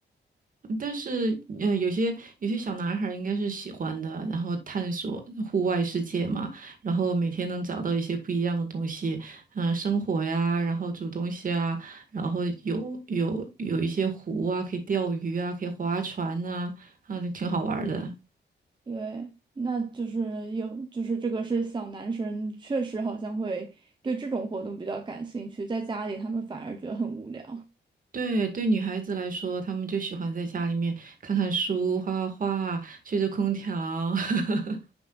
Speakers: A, on the right; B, on the right.
A: 但是，呃，有些有些小男孩儿应该是喜欢的，然后探索户外世界嘛，然后每天能找到一些不一样的东西，嗯、生火呀，然后煮东西啊，然后有有有一些湖啊，可以钓鱼啊，可以划船呐、啊，就挺好玩儿的。
B: 对，那就是有就是这个是小男生确实好像会对这种活动比较感兴趣，在家里他们反而觉得很无聊。
A: 对对，女孩子来说，她们就喜欢在家里面看看书、画画画、吹着空调。<laughs>